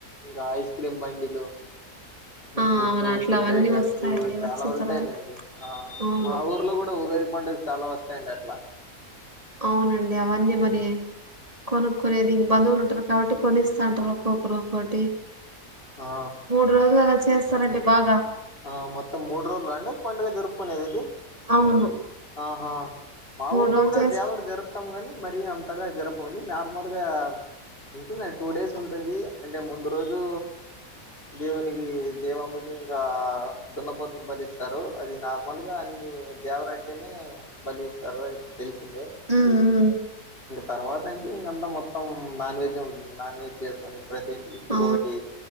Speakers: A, on the left; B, on the right.
A: ఇంకా ఐస్ క్రీమ్ బండిలు
B: ఆ
A: ఫుడ్
B: అవును అట్లా
A: ఫుడ్
B: అవన్నీ
A: ఐటెమ్స్
B: వస్తాయండి
A: చాలా
B: వచ్చిన
A: ఉంటాయిలేండి
B: తర్వాత అవును
A: మా ఊర్లో కూడా ఉగాది పండుగలు చాలా వస్తాయండి అట్లా
B: అవునండి అవన్నీ
A: మ్మ్
B: మరి కొనుకునేది ఇక బంధువులు ఉంటారు కాబట్టి కొనిస్తా అంటారు ఒక్కొక్కరు ఒక్కొటి
A: ఆ
B: మూడు రోజులు అలా చేస్తారండి బాగా
A: ఆ మత్తం మూడు రోజులు అండ పండుగ జరుపుకునేద ఇదది
B: అవును
A: ఆహా మా
B: మూడు
A: ఊర్లో
B: రోజులు
A: కూడా
B: చేసుకు
A: దేవరు జరుపుతాం గాని మరి అంతగా జరపండి నార్మల్గా ఉంటుందండి టూ డేస్ ఉంటుంది అంటే ముందు రోజు దేవునికినికి దేవమ్మకి ఇంకా దున్నపోతుని బలిస్తారు అది నార్మల్ గా అన్ని దేవరంటేనే బలి ఇస్తారు తెలుసు ఇ
B: ఉమ్ ఉమ్
A: తర్వాత అంటే ఇంకంతా మొత్తం నాన్ వెెజ్ నాన్ వెజ్ చేసుకొని ప్రతి ఇంటిక
B: ఆ
A: ఒకటి